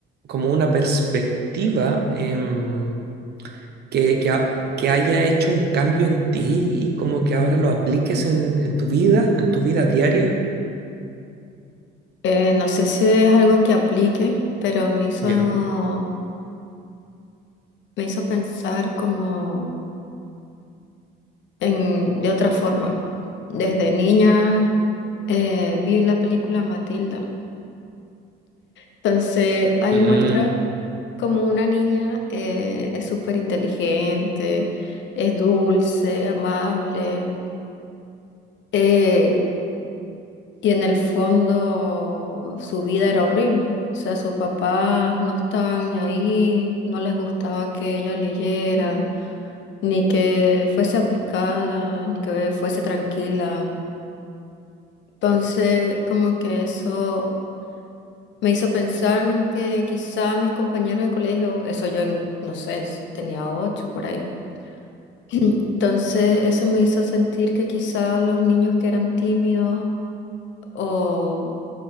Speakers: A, on the right; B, on the left.
A: como una perspectiva em, que, que, ha- que haya hecho un cambio en ti y como que ahora lo apliques en, en tu vida, en tu vida diaria?
B: eh, no sé si es algo que aplique, pero me hizo,
A: Ya.
B: me hizo pensar como en, de otra forma. Desde niña eh, vi la película Matilda. Entonces ahí
A: Mm,
B: muestra como una niña eh, es súper inteligente, es dulce, amable. Eh, y en el fondo su vida era horrible. O sea, sus papás no estaban ni ahí, no les gustaba que ella leyera, ni que fuese aplicada, ni que fuese tranquila. Entonces, como que eso me hizo pensar en que quizá mis compañeros de colegio, eso yo, en- no sé, es- tenía ocho por ahí. <clears throat> Entonces, eso me hizo sentir que quizá los niños que eran tímidos o